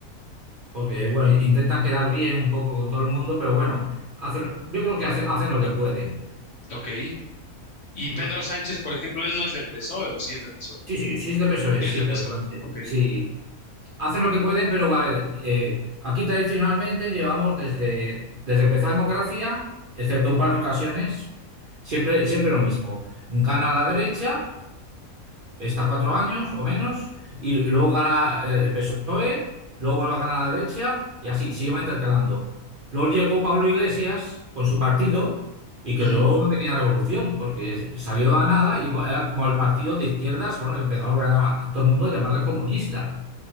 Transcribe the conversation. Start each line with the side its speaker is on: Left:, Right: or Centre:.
Right: porque bueno, intentan quedar bien un poco con todo el mundo, pero bueno, hacen, yo creo que hacen, hacen lo que pueden.
Left: Ok. Y
Right: Mm,
Left: Pedro Sánchez, por ejemplo, él no es del PSOE o sí es del PSOE.
Right: Sí, sí, sí es de PSOE,
Left: Sí
Right: sí,
Left: es del
Right: Pedro
Left: PSOE.
Right: Sánchez.
Left: Ok.
Right: Sí, Hacen lo que pueden, pero a ver, eh, aquí tradicionalmente llevamos desde, desde que empezó la democracia, excepto un par de ocasiones, siempre, siempre lo mismo. Gana la derecha, está cuatro años o menos, y luego gana eh, el PSOE, luego vuelve a ganar la derecha, y así, se iba intercalando. Luego llegó Pablo Iglesias con su partido y creó
Left: Ujú,
Right: una pequeña revolución, porque salió a nada y co- era como el partido de izquierdas, bueno, y empezó a, todo el mundo a llamarle comunista.